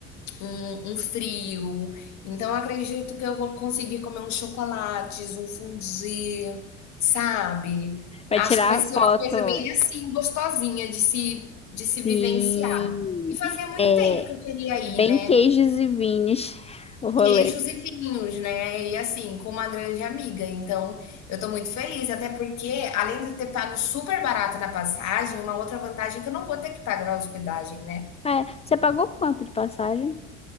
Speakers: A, on the left; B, on the left.
A: Um, um frio. Então, eu acredito que eu vou conseguir comer uns chocolates, um fondue, sabe?
B: Vai
A: Acho
B: tirar
A: que vai ser
B: foto.
A: uma coisa bem assim, gostosinha de se, de se
B: Sim.
A: vivenciar. E fazia muito
B: É,
A: tempo que eu queria
B: Bem
A: ir, né?
B: queijos e vines o rolê.
A: Queijos e vinhos, né? E assim, com uma grande amiga. Então, eu tô muito feliz, até porque, além de ter pago super barato na passagem, uma outra vantagem é que eu não vou ter que pagar a hospedagem, né?
B: É, você pagou quanto de passagem?